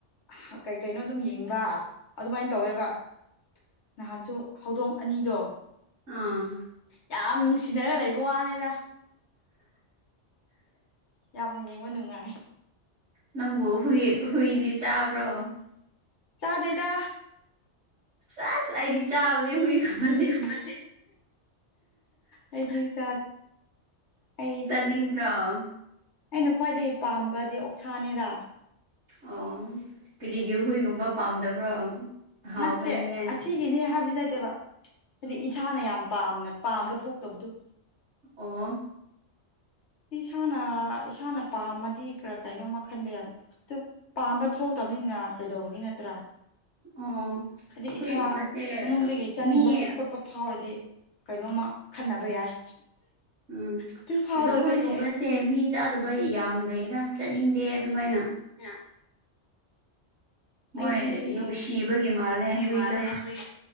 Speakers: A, on the left; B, on the right.
A: ꯍꯥ ꯀꯩ ꯀꯩꯅꯣ ꯑꯗꯨꯝ ꯌꯦꯡꯕ ꯑꯗꯨꯃꯥꯏꯅ ꯇꯧꯋꯦꯕ ꯅꯍꯥꯟꯁꯨ ꯍꯧꯗꯣꯡ ꯑꯅꯤꯗꯣ
B: ꯑꯥ
A: ꯌꯥꯝ ꯅꯨꯡꯁꯤꯅꯔ ꯂꯩꯕ ꯋꯥꯅꯤꯗ ꯌꯥꯝ ꯑꯗꯨꯅ ꯌꯦꯡꯕ ꯅꯨꯡꯉꯥꯏ
B: ꯅꯪꯕꯨ ꯍꯨꯏ ꯍꯨꯏꯗꯤ ꯆꯥꯕ꯭ꯔꯣ
A: ꯆꯥꯗꯦꯗ
B: ꯁꯦꯁ ꯑꯩꯗꯤ ꯆꯥꯕꯅꯦ ꯍꯨꯏꯒꯨꯝꯕꯗꯤ
A: ꯒꯨꯝꯕꯗꯤ ꯑꯩꯗꯤ ꯆꯥꯗꯦ ꯑꯩꯗꯤ
B: ꯆꯥꯅꯤꯡꯗ꯭ꯔꯣ
A: ꯑꯩꯅ ꯈ꯭ꯋꯥꯏꯗꯒꯤ ꯄꯥꯝꯕꯗꯤ ꯑꯣꯛꯁꯥꯅꯤꯗ
B: ꯑꯣ ꯀꯔꯤꯒꯤ ꯍꯨꯏꯒꯨꯝꯕ ꯄꯥꯝꯗꯕ꯭ꯔꯣ ꯍꯥꯎꯕꯅꯤꯅꯦ
A: ꯅꯠꯇꯦ ꯑꯁꯤ ꯁꯤꯒꯤꯅꯤ ꯍꯥꯏꯕꯗꯤ ꯅꯠꯇꯦꯕ ꯍꯥꯏꯗꯤ ꯏꯁꯥꯅ ꯌꯥꯝ ꯄꯥꯝꯅ ꯄꯥꯝꯕ ꯊꯣꯛꯇꯕꯗꯨ
B: ꯑꯣ
A: ꯏꯁꯥꯅ ꯏꯁꯥꯅ ꯄꯥꯝꯃꯗꯤ ꯈꯔ ꯀꯩꯅꯣꯝꯃ ꯈꯟꯕ ꯌꯥꯕ ꯑꯗꯨ ꯄꯥꯝꯕ ꯊꯣꯛꯇꯕꯅꯤꯅ ꯀꯩꯗꯧꯔꯨꯒꯤ ꯅꯠꯇ꯭ꯔꯥ
B: ꯑꯣ
A: ꯍꯥꯏꯗꯤ
B: ꯍꯨꯏꯒꯨꯝꯕꯁꯦ
A: ꯏꯁꯥ ꯃꯅꯨꯡꯗꯒꯤ ꯆꯥꯅꯤꯡꯕ
B: ꯃꯤ
A: ꯈꯨꯠ ꯄ ꯐꯥꯎꯔꯗꯤ ꯀꯩꯅꯣꯝꯃ ꯈꯟꯅꯕ ꯌꯥꯏ
B: ꯎꯝ
A: ꯑꯗꯨ ꯐꯥꯎꯗꯕꯒꯤ
B: ꯑꯗꯣ ꯍꯣꯏꯒꯨꯝꯕꯁꯦ
A: ꯑꯩꯁ
B: ꯃꯤ ꯆꯥꯗꯕ ꯌꯥꯝ ꯂꯩꯗ ꯆꯠꯅꯤꯡꯗꯦ ꯑꯗꯨꯃꯥꯏꯅ
A: ꯅ
B: ꯃꯣꯏ
A: ꯑꯩꯗꯤ
B: ꯅꯨꯡꯁꯤꯕꯒꯤ
A: ꯑꯦ
B: ꯃꯥꯜꯂꯦ
A: ꯍꯨꯢ
B: ꯍꯨꯏꯗꯣ
A: ꯃꯥꯜꯂꯦ ꯍꯨꯢ